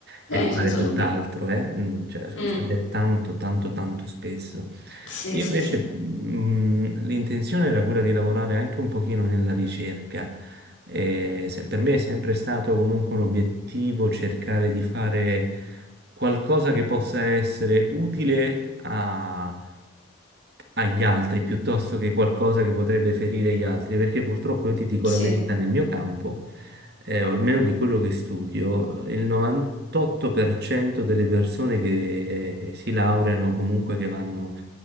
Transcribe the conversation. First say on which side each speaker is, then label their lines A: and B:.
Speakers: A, on the right; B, on the left.
A: e
B: Eh,
A: fare
B: senza
A: tutt'altro,
B: dubbio.
A: eh? Mm, Cioè, succede
B: Mm,
A: tanto, tanto, tanto spesso.
B: Sì,
A: Io
B: sì,
A: invece
B: sì.
A: mm, l'intenzione era quella di lavorare anche un pochino nella ricerca. E se- per me è sempre stato comunque un obiettivo cercare di fare qualcosa che possa essere utile a- agli altri piuttosto che qualcosa che potrebbe ferire gli altri, perché purtroppo io ti dico
B: Sì.
A: la verità, nel mio campo, eh, o almeno di quello che studio, il 98% delle persone che si laureano, comunque che vanno,